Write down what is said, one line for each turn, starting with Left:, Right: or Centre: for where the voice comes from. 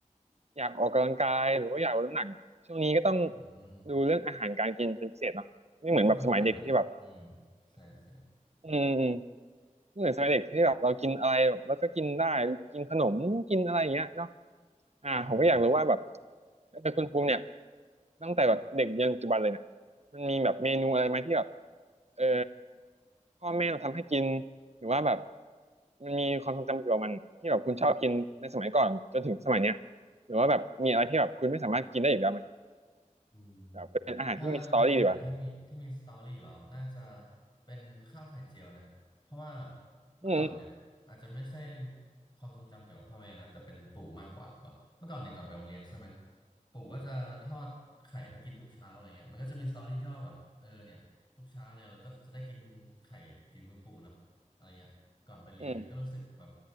Right: อยากออกกำลังกาย หรือว่าอยากลดน้ำหนักเนี่ยช่วงนี้ก็ต้อง
Left: อืม
Right: ดูเรื่องอาหารการกินเป็นพิเศษเนาะไม่เหมือนแบบสมัยเด็กที่แบบ
Left: ต้องคุมอาหารนะอืมใช่ใช่
Right: อืม ไม่เหมือนสมัยเด็กที่แบบเรากินอะไรแบบแล้วก็กินได้กินขนมกินอะไรอย่างเงี้ยเนาะอ่าผมก็อยากรู้ว่าแบบ
Left: อืม
Right: แต่คุณภูมิเนี่ยตั้งแต่แบบเด็กยันปัจจุบันเลยเนี่ยมันมีแบบเมนูอะไรไหมที่แบบเออพ่อแม่เราทำให้กินหรือว่าแบบมันมีความทรงจำเกี่ยวกับมันที่แบบคุณชอบกินในสมัยก่อนจนถึงสมัยเนี้ยหรือว่าแบบมีอะไรที่แบบคุณไม่สามารถกินได้อีกแล้วไหม
Left: อืม
Right: แบบเป็นอาหารที่มีสตอรี่ดีกว่า
Left: ถ้าอาหารที่มีที่มีสตอรี่เหรอน่าจะเป็นข้าวไข่เจียวนะเพราะว่าเมื่อก่อนเนี่ยอาจจะไม่ใช่
Right: อืม
Left: ความทรงจำเกี่ยวกับพ่อแม่นะแต่เป็นปู่มากกว่าแบบเมื่อก่อนเนี่ยก่อนไปโรงเรียนใช่ไหมปู่ก็จะทอดไข่ให้กินทุกเช้าอะไรเงี้ยมันก็จะมีสตอรี่ที่ว่าแบบเออเนี่ยทุกเช้าเนี่ยเราก็จะได้กินไข่ฝีมือปู่เนาะอะไรเงี้ยก่อนไปเรียนก็รู้สึกแบบ
Right: อืม